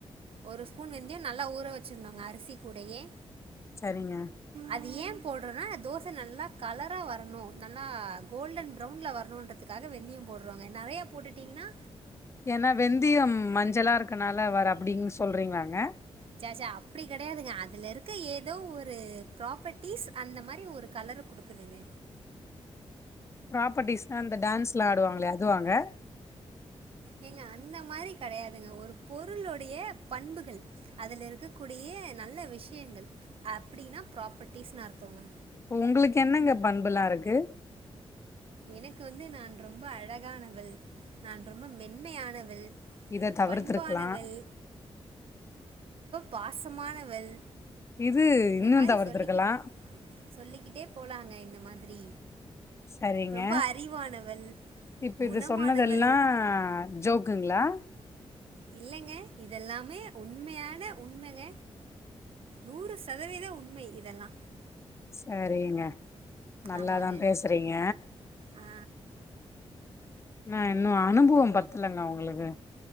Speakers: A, on the right (about 65°); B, on the left (about 25°).
A: ஒரு ஸ்பூன் வெந்தியம் நல்லா ஊற வச்சிருந்தோங்க அரிசி கூடையே.
B: சேரிங்க.
A: அது ஏன் போடுறோனா தோச நல்லா கலரா வரணும் நல்லா கோல்டன் ப்வுன்ல வரணும்ன்றதுக்காக வெந்தயம் போடுறவாங்க நறைய போட்டுட்டீங்கன்னா.
B: ஏன்னா வெந்தியம் மஞ்சளா இருக்கனால வர அப்டின்னு சொல். சொல்றீங்களாங்க.
A: சேச்சே அப்படி கிடையாதுங்க அதுல இருக்க ஏதோ ஒரு ப்ராப்பர்டிஸ் அந்த மாரி ஒரு கலரு குடுக்குதுங்க.
B: ப்ராப்பர்ட்டிஸ்னா அந்த டான்ஸ்லா ஆடுவாங்கள அதுவாங்க.
A: ஏங்க அந்த மாரி கெடையாதுங்க. ஒரு பொருளுடைய பண்புகள் அதுல இருக்கக்கூடிய நல்ல விஷயங்கள் அப்படின்னா ப்ராப்பர்ட்டிஸ்னுு அர்த்தோங்க.
B: உங்களுக்கு என்னங்க பண்புலாம் இருக்கு.
A: எனக்கு வந்து நான் ரொம்ப அழகானவள் நான் ரொம்ப மென்மையானவள்.
B: இத தவிர்த்திருக்கலா.
A: பண்பானவள் பாசமானவல்.
B: இது
A: இந்த
B: இன்னு
A: மாரி
B: தவிர்த்திருக்கலா
A: சொல்லிக்கிட்டு சொல்லிக்கிட்டே போலாங்க இந்த மாதிரி.
B: சரிங்க
A: ரொம்ப அறிவானவள்
B: இப்ப
A: குணமானவள்.
B: இது சொன்னதெல்லா ஜோக்குங்களா
A: இல்லைங்க இதெல்லாமே உண்மையான உண்மங்க. நூறு சதவீத உண்மை இதெல்லா.
B: சேரிங்க. நல்லாதான்
A: ஆமாங்க
B: பேசுறீங்க.
A: ஆ
B: நான் இன்னும் அனுபவம் பத்துலங்க உங்களுக்கு.